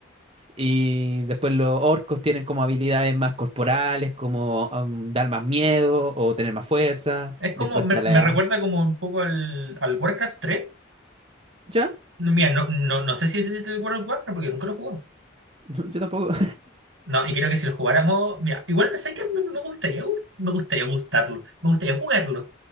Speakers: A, on the right; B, on the right.
A: Y después los orcos tienen como habilidades más corporales, como um, dar más miedo o tener más fuerza.
B: Es
A: Después
B: como, me,
A: está la...
B: me recuerda como un poco al, al Warcraft tres
A: ¿Ya?
B: No, mira, no, no, no sé si es el World of Warcraft porque nunca lo jugó.
A: No, Yo tampoco. <laughs>
B: No, y creo que si lo jugáramos, mira, igual no sé que me, me gustaría, gust- me gustaría gustarlo, me gustaría jugarlo,